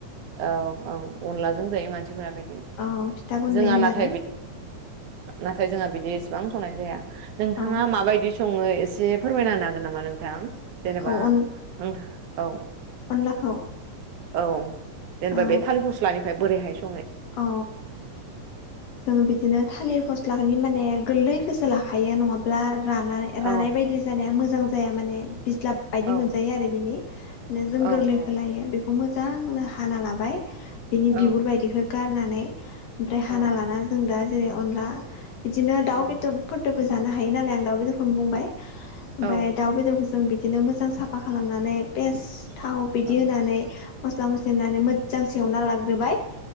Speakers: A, on the right; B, on the left.
A: औ औ अनलाजों जायो मानसिफोरा बे
B: औ फिथा गुन्दै
A: जोंहा
B: होनानै
A: नाथाय नाथाय जोंहा बिदि इसेबां संनाय जाया । नोंथाङा
B: औ
A: माबायदि सङो एसे फोरमायना होनो हागोन नामा नोंथां जेनेबा
B: औ अन
A: औ
B: अनलाखौ
A: औ जेनेबा
B: औ
A: बे थालिर फस्लानिफ्राय बोरैहाय सं
B: औ जोङो बिदिनो थालिर फस्थ लानि माने गोरलैखौसो लाखायो नङाब्ला राना रानाय
A: औ
B: बायदि जानाया मो मोजां जाया माने। बिज्लाब बायदि
A: औ
B: मोनजायो आरो बिनिनो जों
A: औ
B: गोरलैखौ
A: औ
B: लायो बेखौ मोजांनो हाना लाबाय। बिनि
A: औ
B: बिगुर बायदिखौ गारनानै ओमफ्राय हाना
A: औ
B: लाना जों दा जेरै अनला। बिदिनो दाउ
A: औ
B: बेदरफोरदबो जानो हायो नालाय आं दाउ बेदरखौनो बुंबाय ओमफाय
A: औ
B: दाउ बेदरखौ जों। बिदिनो मोजां साफा खालामनानै पेस। थाव बिदि
A: औ
B: होनानै मस्ला मस्लि होनानै मोजां सेवना लाग्रोबाय।